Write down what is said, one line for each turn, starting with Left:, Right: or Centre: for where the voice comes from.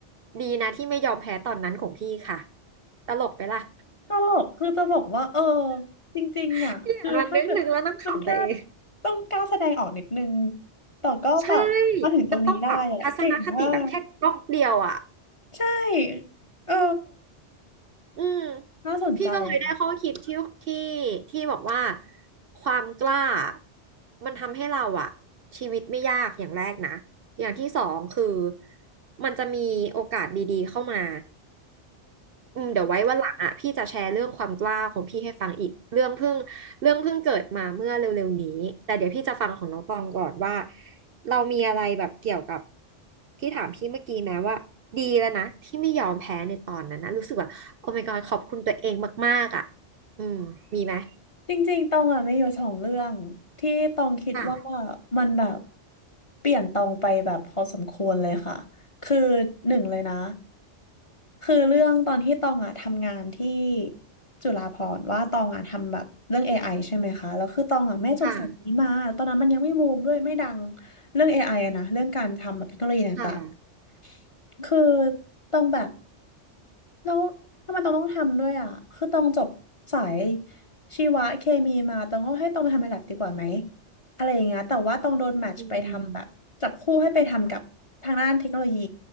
Right: ดีนะที่ไม่ยอมแพ้ตอนนั้นของพี่ค่ะตลกไปล่ะ
Left: ตลกคือจะบอกว่าเออจริงๆอ่ะคือถ้าเกิดมันแค่
Right: <laughs> พี่อ่านวัน <laughs> นึงนึงแล้วนั่งขำตัวเอง
Left: ต้องกล้าแสดงออกนิดนึงแต่ก็แบบมาถึงตรงนี้ได้อ่ะเก่งมาก
Right: ใช่มันต้องปรับทัศนคติแบบแค่ก๊อกเดียวอ่ะ
Left: ใช่เออ
Right: อืม
Left: น่าสนใจอะค่ะ
Right: พี่ก็เลยได้ข้อคิดที่ที่ที่บอกว่าความกล้ามันทำให้เราอะชีวิตไม่ยากอย่างแรกนะอย่างที่สองคือมันจะมีโอกาสดีๆเข้ามา อืมเดี๋ยวไว้วันหลังอ่ะพี่จะแชร์เรื่องความกล้าของพี่ให้ฟังอีกเรื่องเพิ่งเรื่องเพิ่งเกิดมาเมื่อเร็วๆนี้แต่เดี๋ยวพี่จะฟังของน้องตองก่อนว่าเรามีอะไรแบบเกี่ยวกับที่ถามพี่เมื่อกี้แม้ว่าดีแล้วนะที่ไม่ยอมแพ้ในตอนนั้นนะรู้สึกว่าโอ้ my god ขอบคุณตัวเองมากๆอ่ะอืมมีไหม
Left: จริงๆตองอ่ะไม่อยู่สองเรื่องที่ตองคิดว่า
Right: ค่ะ
Left: มันแบบเปลี่ยนตองไปแบบพอสมควรเลยค่ะคือหนึ่งเลยนะคือเรื่องตอนที่ตองอ่ะทำงานที่จุฬาภรณ์ว่าตองอ่ะทำแบบเรื่อง AI ใช่ไหมคะแล้วคือตองอ่ะไม่จบสายนี้มาตอนนั้นมันยังไม่บูมด้วยไม่ดัง
Right: ค่ะ
Left: เรื่อง AI อไออะนะเรื่องการทำแบบเทคโนโลยีต่าง
Right: ค่ะ
Left: ๆคือตองแบบ แล้วทำไมต้องต้องทำด้วยอ่ะคือต้องจบสายชีวะเคมีมาต้องก็ให้ต้องไปทำในแลบดีกว่าไหมอะไรอย่างเงี้ยแต่ว่าต้องโดนแมทช์ไปทำแบบจับคู่ให้ไปทำกับทางด้านเทคโนโลยี
Right: อืม